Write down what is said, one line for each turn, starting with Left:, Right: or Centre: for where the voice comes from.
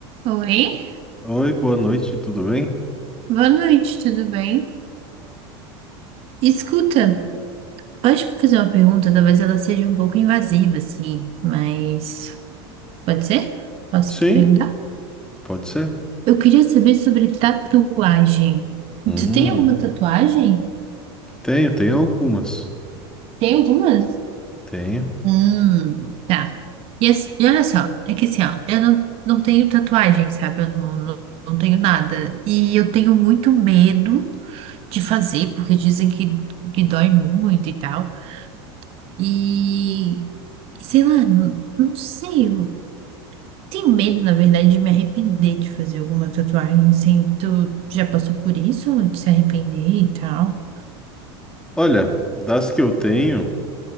Right: Oi,
Centre: Oi, boa noite, tudo bem?
Right: boa noite, tudo bem? Escuta, pode fazer uma pergunta? Talvez ela seja um pouco invasiva, assim, mas pode ser? Posso
Centre: Sim,
Right: perguntar?
Centre: pode ser.
Right: Eu queria saber sobre tatuagem.
Centre: Hum,
Right: Tu tem alguma tatuagem?
Centre: tenho, tenho algumas.
Right: Tem algumas?
Centre: Tenho.
Right: Hum, tá. E, as- e olha só, é que assim, ó, eu não, não tenho tatuagem, sabe? Eu não, não, não tenho nada. E eu tenho muito medo de fazer, porque dizem que, que dói muito e tal. E sei lá, n- não sei. eu Tenho medo, na verdade, de me arrepender de fazer alguma tatuagem. Assim, tu já passou por isso? De se arrepender e tal?
Centre: Olha, das que eu tenho,